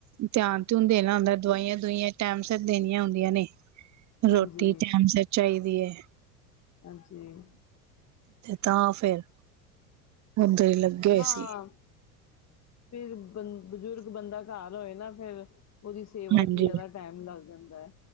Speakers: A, on the right; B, on the left.
A: ਧਿਆਨ-ਧੂਨ ਦੇਣਾ ਹੁੰਦਾ ਦਵਾਈਆਂ- ਦੁਵਾਈਆਂ ਟਾਈਮ ਸਿਰ ਤੇ ਦੇਣੀਆਂ ਹੁੰਦੀਆਂ ਨੇ।
B: ਹਾਂਜੀ,
A: ਰੋ <unintelligible> ਟਾਈਮ ਸਿਰ ਚਾਹੀਦੀ ਹੈ।
B: ਹਾਂਜੀ। ਹਾਂਜੀ
A: ਤਾਂ ਫੇਰ। ੳਦਰ ਹੀ ਲੱਗੇ ਹੋਏ
B: ਹਾਂ,
A: ਸੀ।
B: ਫਿਰ ਬੰ ਬਜ਼ੁਰਗ ਬੰਦਾ ਘਰ ਹੋਏ ਨਾ ਫੇਰ ਉਹਦੀ ਸੇਵਾ
A: ਹਾਂਜੀ
B: ਚ ਜ਼ਿਆਦਾ ਟਾਈਮ ਲੱਗ ਜਾਦਾਏ।